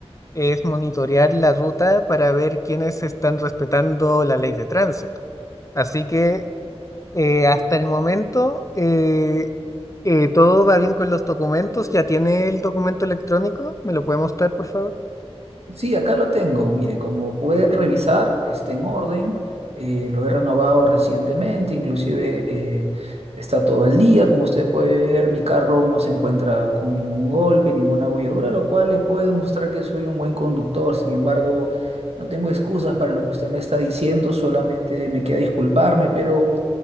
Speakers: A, on the left; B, on the right.
A: es monitorear la ruta para ver quiénes están respetando la ley de tránsito. Así que eh, hasta el momento eh, eh, todo va bien con los documentos. ¿Ya tiene el documento electrónico? ¿Me lo puede mostrar, por favor?
B: Sí, acá lo tengo. Mire, como puede revisar, está en orden. eh, lo he renovado recientemente, inclusive eh, está todo al día. Como usted puede ver, mi carro no se encuentra con ningún golpe, ninguna abolladura, lo cual le puede mostrar que soy un buen conductor. Sin embargo, no tengo excusas para lo que usted me está diciendo, solamente me queda disculparme, pero